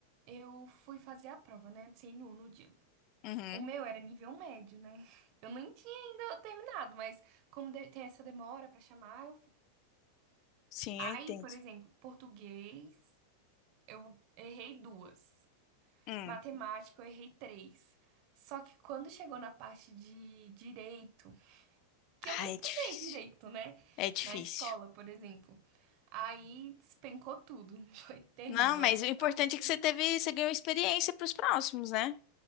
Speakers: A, on the right (about 45°); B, on the left (about 40°).
A: eu fui fazer a prova, né? De CNU no dia.
B: uhum.
A: O meu era nível médio, né? <laughs> Eu nem tinha ainda terminado, mas como de- tem essa demora pra chamar, eu... fi-
B: Sim,
A: aí,
B: eu entendo.
A: por exemplo, português, eu errei duas.
B: Hum.
A: Matemática, eu errei três. Só que quando chegou na parte de direito, que
B: Ah,
A: eu não estudei
B: é difícil.
A: direito, né?
B: É difícil.
A: Na escola, por exemplo. Aí despencou tudo. <laughs> Foi terrível
B: Não, mas
A: essa
B: o importante
A: parte aí.
B: é que você teve, você ganhou experiência pros próximos, né?